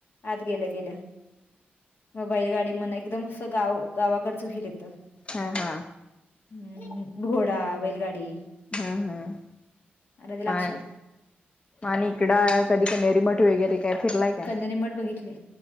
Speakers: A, on the left; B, on the left.
A: आत गेल्या, गेल्या म बैलगाडी म्हणा एकदम असं गाव गावाकडचं फिल येतं.
B: हा, हा
A: हम्म घोडा बैलगाडी
B: हम्म हम्म
A: आला ते लागशील.
B: माय आणि इकडं कधी कणेरीमठ वगैरे काय फिरलाय काय
A: कणेरी मठ बघितले